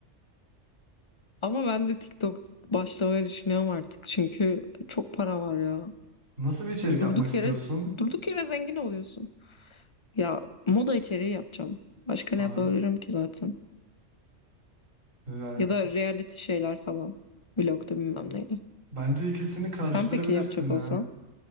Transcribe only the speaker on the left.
Ama ben de TikTok başlamayı düşünüyorum artık. Çünkü çok para var ya.
Hani durduk
yere durduk yere zengin oluyorsun. Ya moda içeriği yapacağım. Başka
ne yapabilirim ki zaten?
Ya da reality şeyler falan. Vlog'da bilmem neydi.
Sen peki yapacak
olsan?